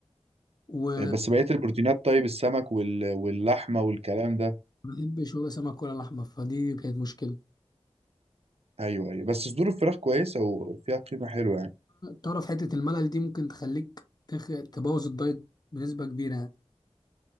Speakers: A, on the left; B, on the right.
A: وما
B: بس بقية البروتينات طيب السمك وال... واللحمة والكلام ده
A: بحبش ولا سمك ولا لحمه فدي كانت مشكله
B: ايوه ايوه بس صدور الفراخ كويسه وفيها قيمه حلوه يعني
A: تعرف حتة الملل دي ممكن تخليك تخ... تبوظ الدايت بنسبة كبيرة يعني